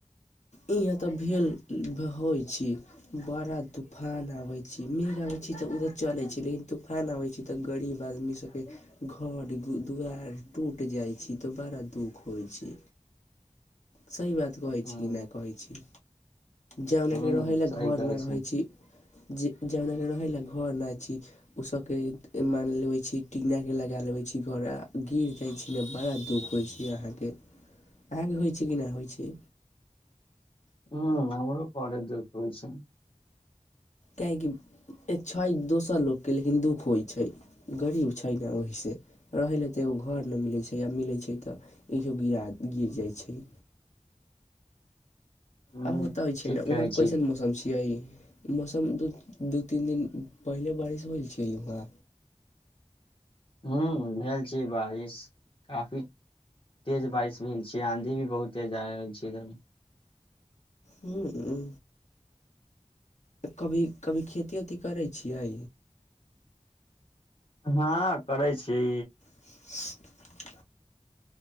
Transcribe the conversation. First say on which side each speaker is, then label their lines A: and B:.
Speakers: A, on the left; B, on the left.
A: इहाँ तऽ भेल होइ छी बड़ा तूफान आबे छी मेघ आबे छी तऽ उधर चले छै लेकिन तूफान आबे छै तऽ गरीब आदमी सबके घर दुआर टूट जाइ छी तऽ बड़ा दुख होइ छै सही बात कहै
B: ह
A: छी नहि कहै छी जावनाक
B: ह
A: रहय लेलए
B: सही
A: घर
B: कहै
A: नहि रहै
B: छै
A: छी जे जावनाक रहय लेलए घर नहि छी ओसभके मानि लेबै छी टनाकेँ लगाए लेबैत छी घर गिर जाइत छी ने बड़ा दुःख होइत छै आहाके आहाके होइ छै की ना होइ छै
B: ह हमरो बरे दुख होइ छै
A: काहेकि छै दोसर लोकके लेकिन दुःख होइ छै गरीब छै न ओहीसे रहय लेल तऽ एगो घर नहि मिलैत छै आ मिलैत छै तऽ इो गिरा गिर जाइत छै
B: ह
A: आओर बताबय छै
B: ठीक
A: ने वहाँ
B: कहै
A: कैसन
B: छी
A: मौसम छियै मौसम दू दू तीन दिन पहिले बारिश होइ छै वहाँ
B: ह भेल छै बारिश काफी तेज बारिश भेल छी आंधी भी बहुते तेज आयल छै इधर
A: हू ह कभी कभी खेती ओती करै छियै
B: हँ करै छी
A: <inaudible>